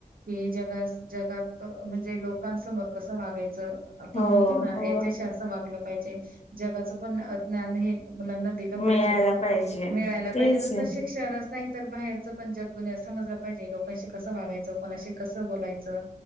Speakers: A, on the right (about 75°); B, on the left (about 45°).
A: कि जगस जगात म्हणजे लोकांसमोर कसं वागायचं? आपण
B: हो
A: म्हणतो ना?
B: हो
A: याच्याशी असं वागलं पाहिजे. जगाच पण ज्ञान हे मुलांना दील पाहिजे
B: मिळायला पाहिजे
A: मिळायला पाहिजे
B: तेच
A: नुसत
B: आहे
A: शिक् शिक्षणच नाही तर बाहेरचं पण जग दुनिया समजलं पाहिजे? लोकांशी कसं वागायचं? कोणाशी कसं बोलायचं?